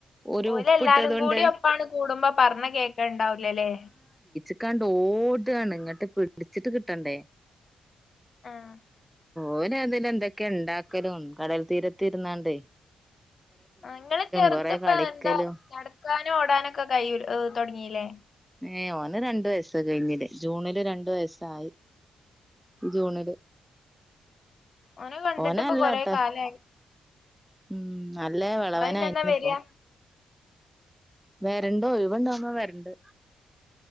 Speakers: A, in the centre; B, on the left.
A: ഒരു
B: ഓല്
A: ഉപ്പിട്ടതുകൊണ്ട്
B: എല്ലാരും കൂടി ഒപ്പാണ് കൂടുമ്പോ പറഞ്ഞകേക്കല് ഉണ്ടാവലല്ലേ
A: ക്കാണ്ട് ഓടാണ് ഇങ്ങിട്ട് പിടിച്ചിട്ട് കിട്ടണ്ടേ
B: അഹ്
A: ഓൻ അതില് എന്തൊക്കെയ ഉണ്ടാക്കലും കടൽ തീരത്തിരുന്നാണ്ട്
B: നിങ്ങൾ ചെറുത്
A: കൊറെ
B: ഇപ്പൊ
A: കളിക്കലും
B: എന്താ നടക്കാനോ ഓടാനൊക്കെ കൈ തുടങ്ങില്ലേ
A: ഏയ് ഓന് രണ്ടു വയസ് കഴിഞ്ഞില്ലേ ജൂണില് രണ്ടു വയസ്സായി ജൂണില്
B: ഓനെ കണ്ടിട്ട്
A: ഓന
B: ഇപ്പൊ
A: അല്ലാട്ടാ
B: കൊറേ കലായി
A: ഉം നല്ല വിളവനായിരുന്ന്
B: നിങ്ങളിഞ്ഞെന്നാ വരിക
A: ഇപ്പൊ വരണ്ടോ ഒഴിവണ്ടാവുമ്പോ വരണ്ട്